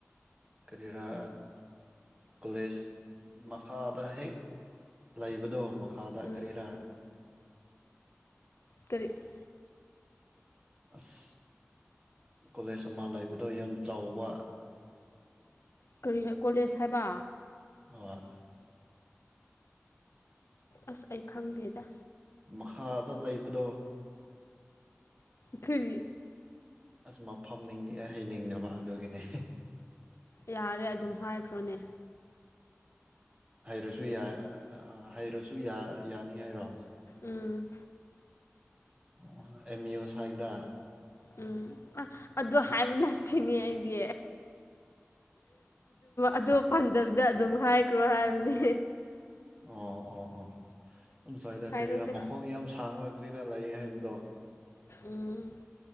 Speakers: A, on the right (about 25°); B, on the left (about 60°).
A: ꯀꯔꯤꯔꯥ ꯀꯣꯂꯦꯖ ꯃꯈꯥꯗ ꯍꯦꯛ ꯂꯩꯕꯗꯣ ꯃꯈ ꯑꯗꯥ
B: ꯎꯝ
A: ꯀꯦꯔꯥ
B: ꯇꯔꯤ <unintelligible> <inaudible>
A: ꯑꯁ ꯀꯣꯂꯦꯖ ꯑꯃ ꯂꯩꯕꯗꯣ ꯌꯥꯝ ꯆꯥꯎꯕ
B: ꯀꯔꯤ ꯀꯣꯂꯦꯖ ꯍꯥꯏꯕ
A: ꯑ <unintelligible> <inaudible>
B: ꯑꯁ ꯑꯩ ꯈꯪꯗꯦꯗ
A: ꯃꯈꯥꯗ ꯂꯩꯕꯗꯣ
B: ꯐꯔꯤ
A: ꯑꯁ ꯃꯐꯝ ꯅꯤꯡꯂꯤ ꯍꯩꯅꯤꯡꯗꯕ ꯑꯗꯨꯒꯤꯅꯦ
B: ꯌꯥꯔꯦ ꯑꯗꯨꯝ ꯍꯥꯏꯈ꯭ꯔꯣꯅꯦ
A: ꯍꯩꯔꯁꯨ ꯌꯥ ꯍꯩꯔꯁꯨ ꯌꯥꯅꯤ ꯍꯥꯏꯔꯣ
B: ꯎꯝ
A: ꯑꯣ ꯑꯦꯝ ꯌ ꯑꯣ ꯁꯥꯏꯗ
B: ꯎꯝ ꯑꯗꯨ ꯍꯥꯏꯕ ꯅ ꯊꯤꯅꯤ ꯑꯩꯗꯤ ꯑꯗꯨ ꯑꯣ ꯄꯥꯟꯗꯕꯤꯗ ꯑꯗꯨꯝ ꯍꯥꯏꯈ꯭ꯔꯣ ꯍꯥꯏꯕꯅꯤ
A: ꯑꯣ ꯑꯣ ꯑꯣ ꯑꯗꯨ ꯁ꯭ꯋꯥꯏꯗ
B: ꯍꯥꯏꯔꯣꯏꯁꯦ
A: ꯀꯔꯤꯔꯥ ꯃꯈꯣꯡ ꯌꯥꯝ ꯁꯥꯡꯅ ꯀꯔꯤꯔꯥ ꯂꯩ ꯍꯥꯏꯕꯗꯣ
B: ꯎꯝ